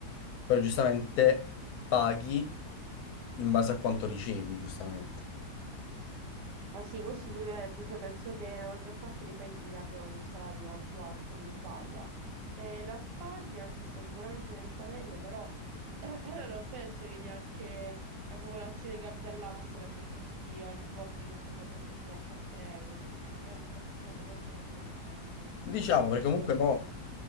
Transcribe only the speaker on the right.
Ma sì, questo indubbiamente, cioè, penso che la maggior parte dei paesi abbia un salario più alto dell'Italia. E la Spagna sì, sta sicuramente messa meglio, però <clears throat> non penso che neanche la popolazione che abita là possa permettersi ogni volta di comprare una bottiglietta d'acqua a 3 euro, quindi è un po' scomodo anche per loro, immagino.
Però